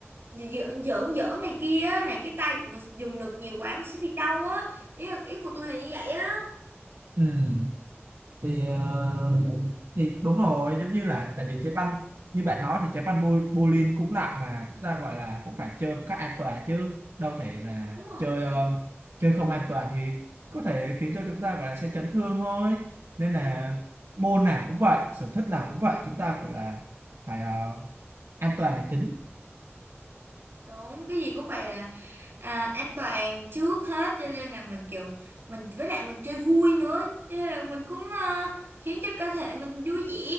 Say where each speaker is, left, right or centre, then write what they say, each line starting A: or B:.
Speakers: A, on the right; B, on the right.
A: giỡn giỡn giỡn này kia á là cái tay của mình dùng lực nhiều quá mình sẽ bị đau á ý là, ý của tôi là như vậy á
B: Ừm, thì ờ, thì đúng rồi giống như là tại vì trái banh như bạn nói thì trái banh bo- bowling cũng nặng mà chúng ta gọi là cũng phải chơi một cách an toàn chứ đâu thể là
A: đúng rồi
B: chơi ờ, chơi không an toàn thì có thể khiến cho chúng ta gọi là sẽ chấn thương thôi nên là môn nào cũng vậy sở thích nào cũng vậy chúng ta gọi là phải ờ, an toàn là chính
A: đúng cái gì cũng phải là à, an toàn trước hết cho nên là mình kiểu mình với lại mình chơi vui nữa cho nên là mình cũng ờ, khiến cho cơ thể mình vui vẻ